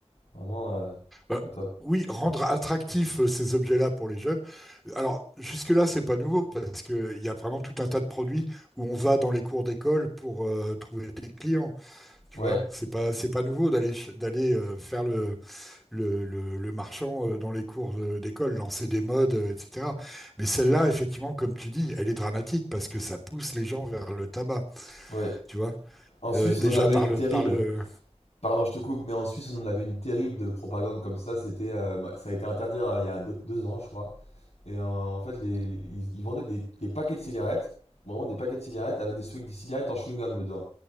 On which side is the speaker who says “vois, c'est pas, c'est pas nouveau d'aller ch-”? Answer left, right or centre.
Centre